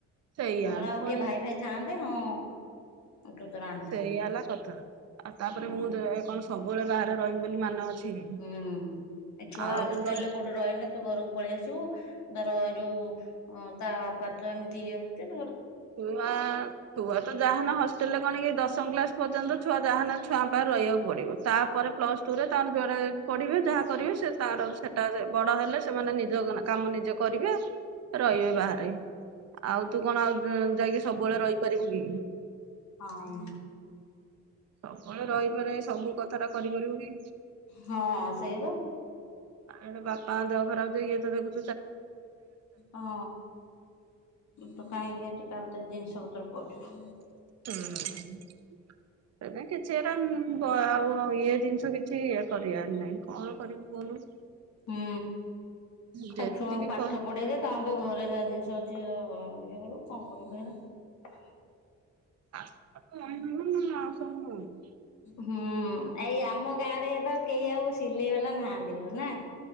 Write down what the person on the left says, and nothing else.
ତମର ଆଉ
କିଏ ଭାଇ ଭାଇ ଥାନ୍ତେ ହଁ ତୁ ତୋର ଆଣିଥାନ୍ତୁ
ହୁଁ
ହୁଁ ଏ ଛୁଆ
ହଷ୍ଟେଲ
ରେ କଉଠେ ରହିନେ ତୁ ଘରକୁ ପଳେଇ ଆସିବୁ। ଧର ଯୋଉ ଅ ତା ବାପାତ ଏମିତି ଇଏ ହଉଛ
ହଉ।
ହଁ ସେଇ ବା।
ହଁ ତୁ କାହିଁକି ଏଠିକାଲି ତ ଜିନିଷ ତୋର କରିବ।
ହୁଁ
ଖାଲି ଛୁଆଙ୍କୁ ପାଠ
ପଢେଇଦେ ତାଙ୍କ ଘର ଘ ଯାହା ଜିନିଷ ଅଛି ଇଏ କରିବୁ କଣ କରିବୁ ହେ
ହୁଁ ଏଇ ଆମ ଗାଁ ରେ ତ କେହି ଆଉ ସିଲେଇ ବାଲା ନାହାଥିଲ ଲୋ ନା?